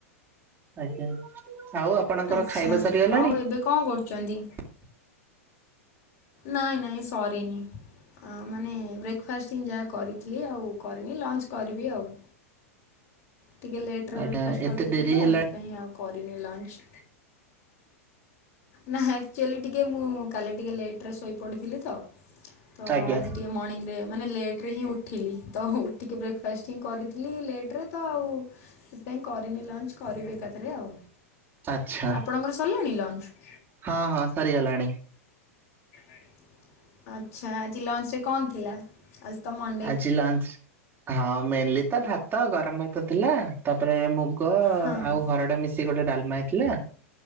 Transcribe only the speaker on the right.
ଆଜ୍ଞା ଆଉ ଆପଣଙ୍କର
ଖାଇବା ସରିଗଲାଣି?
<inaudible>
ଆଜ୍ଞା
ଏତେ
ଡେରି
ହେଲାଣି
ଆଜ୍ଞା
ଆଚ୍ଛା
ହଁ ହଁ ସରିଗଲାଣି।
ଆଜି ଲଞ୍ଚ୍ ରେ, ହଁ ମେନଲି ତ ଭାତ, ଗରମ ଭାତ ଥିଲା ତାପରେ ମୁଁ ଗ
ଆଉ ହରଡ ମିଶିକି ଗୋଟେ ଡାଲମା ହେଇଥିଲା।